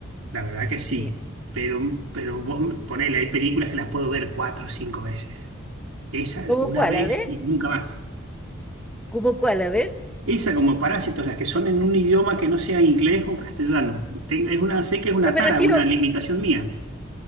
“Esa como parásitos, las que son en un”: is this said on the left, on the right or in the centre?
Right